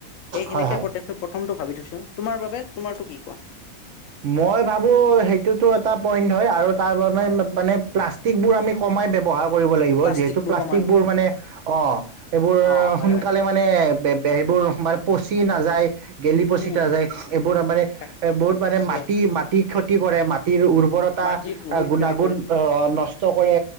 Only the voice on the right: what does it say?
হয় হয়
মই ভাবো সেইটোতো এটা পইন্ট হয় আৰু তাৰে
মানে প্লাষ্টিকবোৰ আমি কমাই ব্যৱহাৰ কৰিব লাগিব
যিহেতু প্লাষ্টিকৰ
মানে অ সেই বোৰ
সোনকালে
মানে, সেইবোৰ মানে পচি নাযায় গেলি পচি
নাযায় এইবোৰ ত মানে
এ বহুত মানে
মাটি মাটি কি ক্ষতি কৰে মাটিৰ উৰ্বৰতা
গুণাগুণ
অহ নষ্ট কৰে